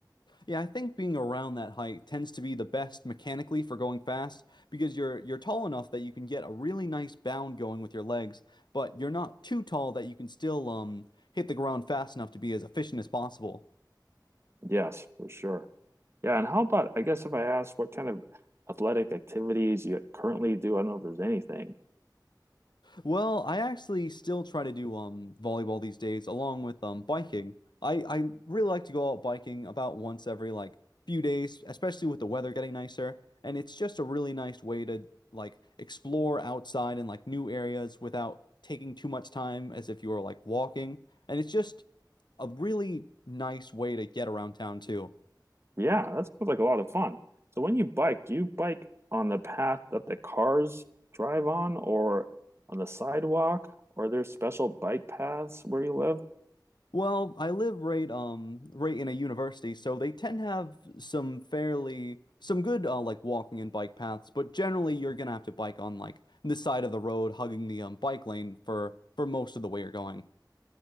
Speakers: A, on the left; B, on the right.
A: Yeah, I think being around that height tends to be the best mechanically for going fast because you're you're tall enough that you can get a really nice bound going with your legs, but you're not too tall that you can still um hit the ground fast enough to be as efficient as possible.
B: Yes, for sure. Yeah, and how about, I guess if I ask what kind of athletic activities you currently do, I don't know if there's anything.
A: Well, I actually still try to do um volleyball these days along with um biking. I I really like to go out biking about once every like few days, especially with the weather getting nicer, and it's just a really nice way to like explore outside and like new areas without taking too much time as if you were like walking. And it's just a really nice way to get around town too.
B: Yeah, that sounds like a lot of fun. So when you bike, do you bike on the path that the cars drive on or on the sidewalk? Or are there special bike paths where you live?
A: Well, I live right um right in a university, so they tend to have some fairly some good uh, like walking and bike paths, but generally you're gonna have to bike on like the side of the road, hugging the um bike lane for for most of the way you're going.